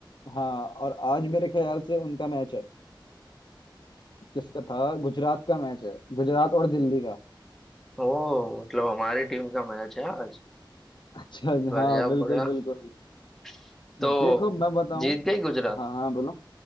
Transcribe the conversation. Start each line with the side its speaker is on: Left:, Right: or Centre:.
Left: हाँ और आज मेरे ख्याल से उनका मैच है अ, किसका था गुजरात का मैच है गुजरात और दिल्ली का
Centre: ओ मतलब हमारी टीम का मैच है आज
Left: अच्छा
Centre: बढ़िया
Left: हाँ बिल्कुल
Centre: बढ़िया
Left: बिल्कुल
Centre: <laughs> तो
Left: देखो मैं बताऊं
Centre: जीत गई गुजरात
Left: हाँ हाँ बोलो